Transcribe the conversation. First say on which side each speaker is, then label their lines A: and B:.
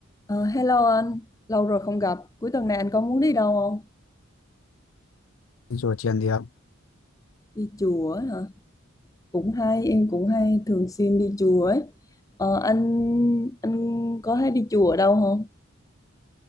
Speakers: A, on the left; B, on the left.
A: Ờ, hello anh, lâu rồi không gặp. Cuối tuần này anh có muốn đi đâu không?
B: rồi tiền thì, ạ,
A: Đi chùa ấy hả? Cũng hay, em cũng hay thường xuyên đi chùa ấy. Ờ, anh anh có hay đi chùa ở đâu không?